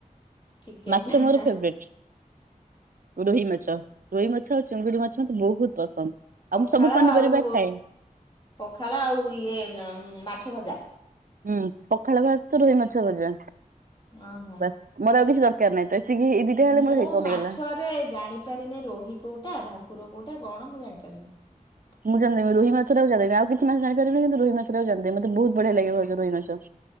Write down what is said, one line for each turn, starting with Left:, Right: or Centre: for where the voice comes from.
Left: ଚିକେନ
Right: ମାଛ
Left: ଟା
Right: ମୋର
Left: ହଁ
Right: ଫେବରେଟ ରୋହି ମାଛ। ରୋହି ମାଛ ଆଉ ଚିଙ୍ଗୁଡି ମାଛ ମତେ ବହୁତ ପସନ୍ଦ। ଆଉ
Left: ପଖାଳ
Right: ମୁଁ ସବୁ ପନିପରିବା
Left: ଆଉ
Right: ଖାଏ
Left: ପଖାଳ ଆଉ ଇଏ ମାଛ ଭଜା
Right: ହୁଁ ପଖାଳ ଭାତ ତ ରୋହି ମାଛ ଭଜା
Left: ଓହୋ।
Right: ବାସ୍ ମୋର ଆଉ କିଛି ଦରକାର ନାହିଁ ତ। ଏତିକି ଏଇ ଦିଟା ହେଲେ
Left: ମୁଁ
Right: ମୋର ହେଇ ସରିଗଲା।
Left: ମାଛରେ ଜାଣିପାରେନି, ରୋହି କୋଉଟା ଭାକୁର କୋଉଟା କଣ ମୁଁ ଜାଣିନି। ପ <inaudible>
Right: ମୁଁ ଜାଣିଦେବି ରୋହି ମାଛଟାରେ ଜାଣି ଦେବି ଆଉ କିଛି ମାଛ ଜାଣିପାରିବିନି କିନ୍ତୁ ରୋହି ମାଛଟାକୁ ଜାଣି ଦେବି ମତେ ବହୁତ ବଢିଆ ଲାଗିବଉ ରୋହି ମାଛ